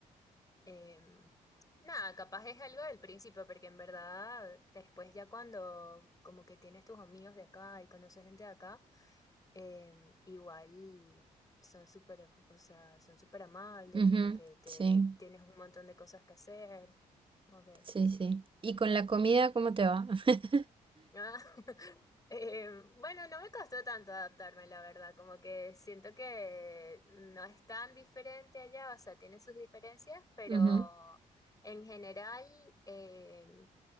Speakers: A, on the left; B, on the right.
A: em, nada, capaz es algo del principio, porque en verdad después ya cuando como que tienes tus amigos de acá y conoces gente de acá. Em, igual son súper, o sea, son súper amables,
B: Ujú,
A: como que te
B: Sí,
A: tienes un montón de cosas que hacer, como que
B: sí,
A: sí.
B: sí. ¿Y con la comida, cómo te va? <laughs>
A: Ah, <laughs> em, bueno, no me costó tanto adaptarme, la verdad, como que siento que no es tan diferente allá, o sea, tiene sus diferencias, pero
B: Ujú,
A: en general, em,